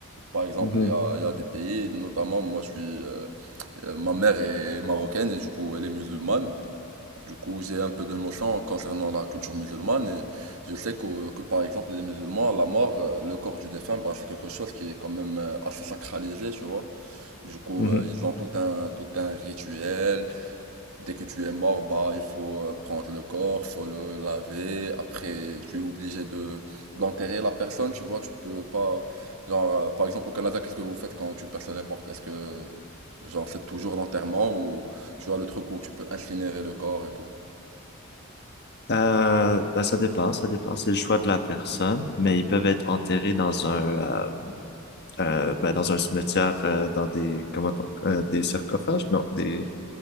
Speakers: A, on the right (about 85°); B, on the left (about 50°).
A: Par exemple,
B: Mhm,
A: il y a, il y a des pays, notamment, moi, je suis, euh, euh, ma mère est marocaine et du coup, elle est musulmane. Du coup, j'ai un peu de notion concernant la culture musulmane et je sais que, que par exemple, les musulmans, la mort, euh, le corps du défunt, bah, c'est quelque chose qui est quand même euh, assez sacralisé, tu vois. Du coup,
B: mhm.
A: euh, ils ont tout un, tout un rituel. Dès que tu es mort, bah, il faut euh, prendre le corps, faut le laver. Après, tu es obligé de d'enterrer la personne, tu vois. Tu peux pas, genre, euh, par exemple, au Canada, qu'est-ce que vous faites quand une personne est morte? Est-ce que, genre, c'est toujours l'enterrement ou tu as le truc où tu peux incinérer le corps et tout?
B: Euh, ben, ça dépend, ça dépend. C'est le choix de la personne, mais ils peuvent être enterrés dans un euh, euh, ben, dans un cimetière, euh, dans des comment on- euh, des sarcophages? Non, des